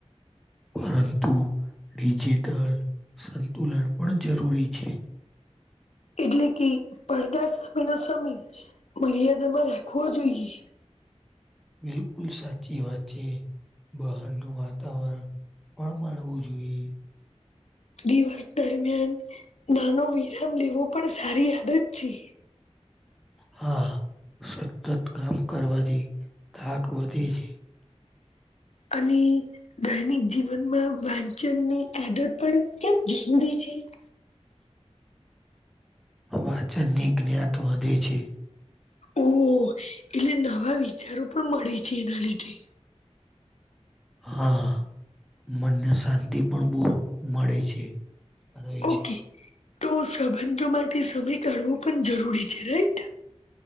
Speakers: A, in the centre; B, on the left.
A: પરંતુ ડિજિટલ સંતુલન પણ જરૂરી છે.
B: એટલે કે પડદા સામેનો સમય મર્યાદામાં રાખવો જોઈએ.
A: બિલકુલ સાચી વાત છે. બહારનું વાતાવરણ પણ માણવું જોઈએ.
B: દિવસ દરમિયાન નાનો વિરામ લેવો પણ સારી આદત છે
A: હા સતત કામ કરવાથી થાક વધે છે
B: અને દૈનિક જીવનમાં વાંચનની આદત પણ કેમ જરૂરી છે <inaudible>
A: વાચનની જ્ઞાત વધે છે.
B: ઓ એટલે નવા વિચારો પણ મળે છે એના લીધે.
A: હા મનને શાંતિ પણ બો મળે છે. <unintelligible>
B: ઓકે
A: છે.
B: તો સંબંધો માટે સમય કાઢવું પણ જરૂરી છે. રાઈટ